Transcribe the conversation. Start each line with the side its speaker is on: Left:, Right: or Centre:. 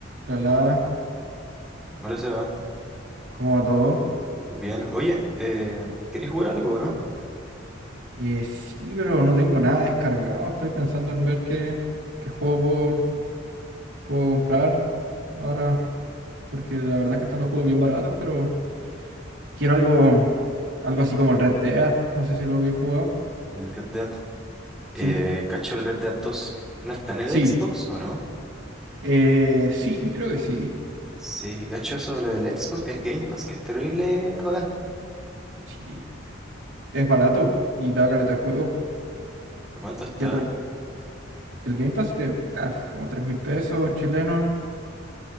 Right: Hola,
Centre: Hola, Seba.
Right: ¿cómo va todo?
Centre: Bien. Oye, eh, ¿querés jugar algo, o no?
Right: Eh, sí, pero no tengo nada descargado. Estoy pensando en ver qué, qué juego puedo, puedo comprar ahora, porque la verdad es que están los juegos bien baratos, pero quiero algo, algo así como el Red Dead. No sé si lo habéis jugado.
Centre: El Red Dead.
Right: Sí,
Centre: Eh, cacho el Red Dead dos? ¿No está en el
Right: sí,
Centre: Xbox o no?
Right: eh, sí, creo que sí.
Centre: Sí, cacho eso de lo del Xbox, que el Game Pass, que es terrible, bacán.
Right: Sí, es barato y da caleta de juego.
Centre: ¿A cuánto está?
Right: ¿Qué otra- El Game Pass, que puta, como tres mil pesos chilenos.